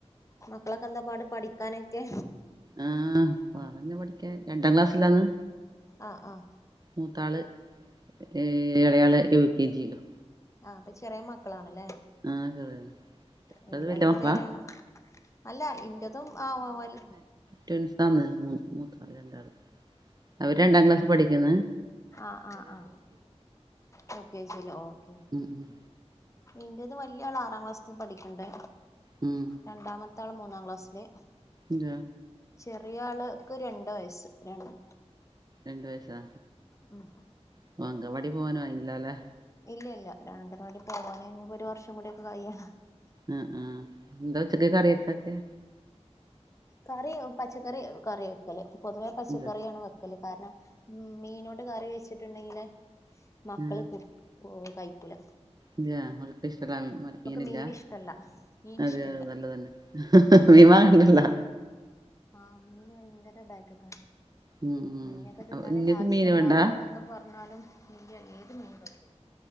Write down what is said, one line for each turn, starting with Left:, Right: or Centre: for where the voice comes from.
Left: മക്കളൊക്കെന്താ പാട് പഠിക്കാനൊക്കെ?
Right: ആഹ് പാടന്നെ പഠിക്കാൻ രണ്ടാം ക്ലാസ്സിലാന്ന്
Left: അ അ
Right: മൂത്താള് ഏ എളയാള് യു കെ ജീലും
Left: അ അപ്പ ചെറ്യേ മക്കളാണ്ലേ
Right: ആഹ് ചെറിയത്
Left: ഏ
Right: അത് വലിയ
Left: രണ്ട്
Right: മക്കളാ
Left: പേരാണോ? അല്ല ഇന്റതും ആയ വൽ
Right: ട്വൻസാണ് <unintelligible> മൂത്താള് രണ്ടാള്. അവര് രണ്ടാം ക്ലാസ് പഠിക്ക്ന്ന്.
Left: ആഹ് ആഹ് ആഹ് യൂ കേജീല് ഓക്കെ.
Right: ഉം ഉം
Left: ഇന്റെത് വല്ല്യാള് ആറാം ക്ലാസ് പഠിക്ക്ണ്ടെ.
Right: ഉം
Left: രണ്ടാമെത്താള് മൂന്നാം ക്ലാസ്സില്.
Right: ഇജ
Left: ചെറിയാള് ഇക്ക് രണ്ട് വയസ്സ് രണ്ട്.
Right: രണ്ട് വയസ്സാ.
Left: ഉം
Right: ഇപ്പൊ അംഗവാടി പോവാനായല്ലോല്ലെ
Left: ഇല്ല ല്ല. രാങ്കനവാടി പോവാന് ഇഞ്ഞ്പ്പൊര് വർഷം കൂടിയൊക്കെ കയ്യണം.
Right: അഹ് ആ ഇന്താ ഉച്ചക്ക് കറിയൊക്കാക്ക്യെ?
Left: കറി പച്ചക്കറി കറി വെക്കല്. പൊതുവേ പച്ചക്കറിയാണ്
Right: ഇഞ്ചോ
Left: വെ ക്കല് കാര്ണം. മീനോണ്ട് കറി വെച്ചിട്ട്ണ്ടെങ്കില് മക്കള്
Right: ആ
Left: കു കൂ കായ്ക്കൂല
Right: ഇജാ ഓൽക്ക്ഷ്ടള്ള <unintelligible> മീനില്ല.
Left: മീൻ ഇഷ്ടല്ല മീൻ
Right: അതെ
Left: ഇഷ്ടല്ല
Right: അത് നല്ലതന്നെ. മീൻ വാങ്ങണ്ടല്ലൊ.
Left: ആഹ് മീന് ഭയ്ങ്കര ബേക്ക്ക്കാണ്.
Right: ഉം ഉം
Left: മീനൊക്കെ തിന്നാലേ
Right: അപ്പൊ ഇങ്ങക്ക്
Left: കാൽസ്യണ്ടാവൊള്ളൂന്നൊ
Right: മീന് വേണ്ടാ
Left: ക്കെ പർഞ്ഞാലും ഇല്ല ഏത് മീനും കയ്ക്കൂല.